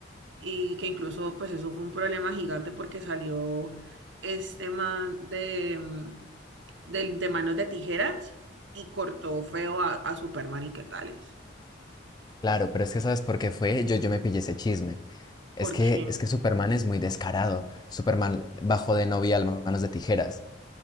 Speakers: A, on the right; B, on the left.
A: y que incluso pues eso fue un problema gigante porque salió este man de, mm, del- de manos de tijeras y cortó feo a, a Superman y qué tales.
B: Claro, pero es que ¿sabes por qué fue? Yo, yo me pillé ese chisme. Es
A: ¿Por
B: que,
A: quién?
B: es que Superman es muy descarado. Superman bajó de novia a Manos de Tijeras.